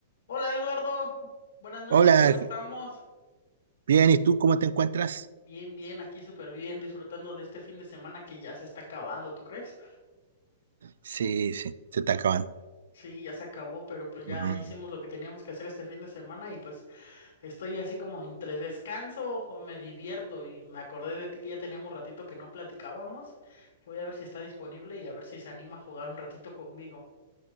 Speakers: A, on the left; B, on the right.
A: Hola Eduardo, buenas noches,
B: Hola,
A: ¿cómo estamos?
B: bien, ¿y tú cómo te encuentras?
A: Bien, bien, aquí súper bien, disfrutando de este fin de semana que ya se está acabando, ¿tú crees?
B: Sí, sí. Se te acaban.
A: Sí, ya se acabó, pero pues ya
B: Mm.
A: hicimos lo que teníamos que hacer este fin de semana y pues estoy así como entre descanso o me divierto y me acordé de ti que ya teníamos ratito que no platicábamos y voy a ver si está disponible y a ver si se anima a jugar un ratito conmigo.